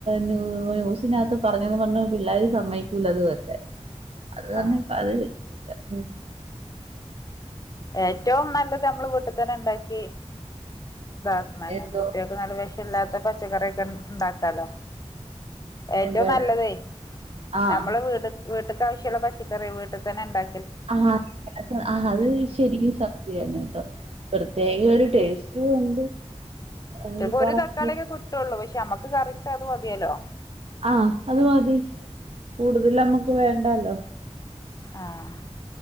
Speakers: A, on the right; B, on the left.
A: ന്യൂസിനകത്ത് പറഞ്ഞത് കൊണ്ട് പിള്ളേര് സമ്മയ്ക്കൂല്ലത് വെക്കാൻ അത് കാരണം
B: ആ
A: ഇപ്പ അത് വെക്കുല മ്
B: ഏറ്റവും നല്ലത് നമ്മൾ വീട്ടിൽത്തന്നെ ണ്ടാക്കി ഇതാക്ക്ണന്നെ
A: എന്തോ
B: കുട്ടിയാൾ ക്ക് നല്ല വെശം ഇല്ലാത്ത പച്ചക്കറിയൊക്കെ ഉണ്ടാക്കാലോ ഏറ്റവും
A: എന്തോടാ
B: നല്ലതേ
A: ആഹ്
B: നമ്മള് വീട് വീട്ടക്ക് ആാവശ്യമുള്ള പച്ചക്കറി വീട്ടിൽ തന്നെ ണ്ടാ
A: ആഹ് ആഹ് അത് ശരിക്കും സത്യാണ് ട്ടോ പ്രത്യേക ഒരു ടേസ്റ്റ് ഉണ്ട് ആ,
B: ചൽപ്പോ
A: ഈ പറഞ്ഞ
B: ഒരു തക്കാളിയൊക്കെ കിട്ടുവുള്ളൂ പക്ഷെ നമ്മക്ക് കറിക്ക് അത് മതിയെ ല്ലോ
A: ആഹ് അത് മതി. കൂടുതൽ നമ്മക്ക് വേണ്ടാല്ലോ.
B: ആഹ്.